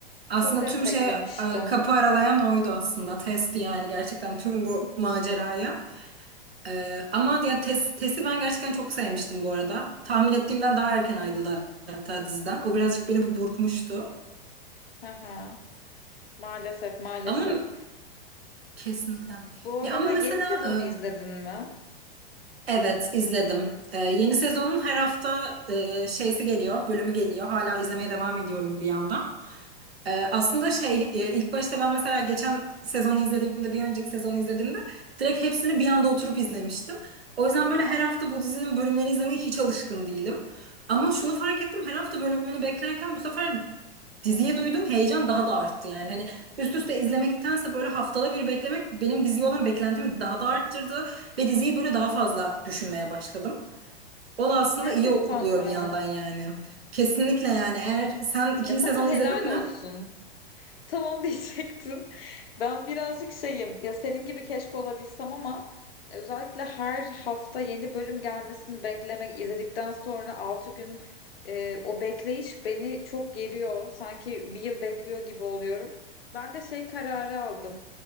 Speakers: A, on the right (about 80°); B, on the left (about 75°).
A: Aslında
B: Çok desteklemiştim.
A: tüm şey e, kapı aralayan oydu aslında. Testi yani gerçekten tüm bu maceraya. E, ama ya tes, Test'i ben gerçekten çok sevmiştim bu arada. Tahmin ettiğimden daha erken ayrıldı hatta diziden. O birazcık beni bir burkmuştu.
B: Hı hı. Maalesef maalesef.
A: Ama kesinlikle.
B: Bu arada
A: Ya ama mesela
B: yeni sezonu izledin mi?
A: e, evet izledim. E, yeni sezonun her hafta e, şeysi geliyor, bölümü geliyor. Hala izlemeye devam ediyorum bir yandan. Ee, aslında şey e, ilk başta ben mesela geçen sezonu izlediğimde bir önceki sezonu izlediğimde direkt hepsini bir anda oturup izlemiştim. O yüzden böyle her hafta bu dizinin bölümlerini izlemeye hiç alışkın değilim. Ama şunu fark ettim her hafta bölümünü beklerken bu sefer diziye duyduğum heyecan daha da arttı. Yani hani üst üste izlemektense böyle haftada bir beklemek benim diziye olan beklentimi daha da arttırdı. Ve diziyi böyle daha fazla düşünmeye başladım. O da aslında
B: Gerçekten
A: iyi oluyor
B: mi?
A: bir yandan yani. Kesinlikle yani eğer sen ikinci
B: Ya sana
A: sezonu
B: helal
A: izledin
B: olsun.
A: mi?
B: Tamam <laughs> diyecektim. Ben birazcık şeyim ya senin gibi keşke olabilsem ama e, özellikle her hafta yeni bölüm gelmesini beklemek izledikten sonra 6 gün e, o bekleyiş beni çok geriyor. Sanki bir yıl bekliyor gibi oluyorum. Ben de şey kararı aldım.